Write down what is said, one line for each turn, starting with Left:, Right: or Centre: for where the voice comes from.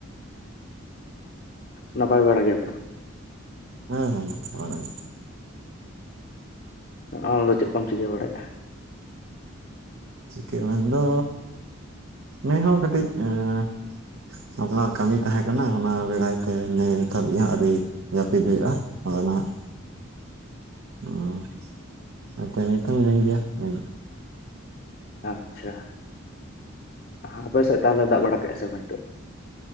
Left: ᱱᱟᱯᱟᱭ ᱵᱟᱲᱟ ᱜᱮᱭᱟ ᱯᱮ ᱛᱚ?
Right: ᱦᱮᱸ ᱦᱮᱸ ᱱᱟᱯᱟᱭ ᱵᱟᱲᱟ ᱜᱮ ᱾
Left: ᱟ ᱟᱢ ᱫᱚ ᱪᱮᱫ ᱠᱚᱢ ᱪᱤᱠᱟᱹ ᱵᱟᱲᱟᱭᱮᱜ-ᱟ?
Right: ᱪᱤᱠᱟᱹ ᱢᱮᱱᱫᱚ ᱱᱮ ᱦᱚᱲ ᱠᱟᱹᱴᱤᱡ ᱮᱸ ᱟᱯᱱᱟᱨ ᱠᱟᱹᱢᱤ ᱛᱟᱦᱮᱸ ᱠᱟᱱᱟ ᱚᱱᱟ ᱵᱮᱲᱟᱭ ᱛᱮ ᱱᱤᱛ ᱫᱷᱟᱹᱵᱤᱡ ᱦᱚᱸ ᱟᱹᱣᱨᱤ ᱡᱟᱹᱯᱤᱫ ᱦᱩᱭᱩᱜ-ᱟ ᱟᱫᱚ ᱱᱟᱦᱟᱜ ᱚ ᱟᱪᱪᱷᱟ ᱱᱚᱛᱮ ᱱᱤᱛ ᱦᱚᱸ ᱦᱤᱱᱟᱹᱧ ᱜᱮᱭᱟ ᱢᱮᱱ
Left: ᱟᱪᱪᱷᱟ ᱟᱯᱮ ᱥᱮᱫ ᱛᱟᱦᱚᱞᱮ ᱫᱟᱜ ᱵᱟᱲᱟ ᱠᱮᱜ-ᱟ ᱥᱮ ᱵᱟᱝ ᱦᱤᱛᱳᱜ